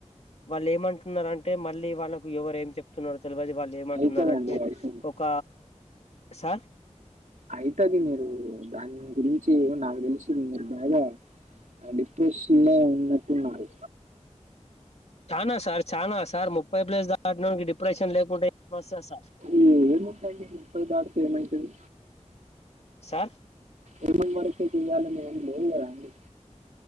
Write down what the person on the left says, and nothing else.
వాళ్ళు ఏమంటున్నారు అంటే మళ్ళీ వాళ్ళకు ఎవరు ఏం చెప్ చెప్తున్నారో తెల్వది వాళ్ళు ఏమంటున్నారంటే
ఒక సార్
చానా సార్ చానా సార్ ముప్పై ప్లేస్ దాటినొడికి డిప్రెషన్ లేకుంటే ఏమోస్తాది సార్
సార్